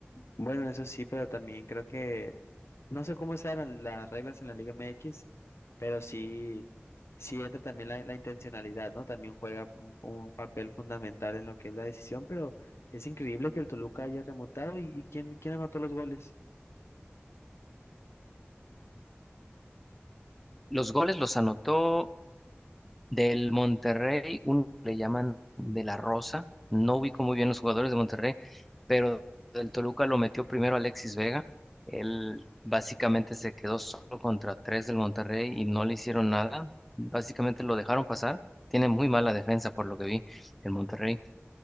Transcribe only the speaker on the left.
Bueno, eso sí, pero también creo que no sé cómo sean la- las reglas en la Liga MX, pero sí, sí entra también la, la intencionalidad, ¿no? También juega un, un papel fundamental en lo que es la decisión, pero es increíble que el Toluca haya remontado y, y quién, quién anotó los goles.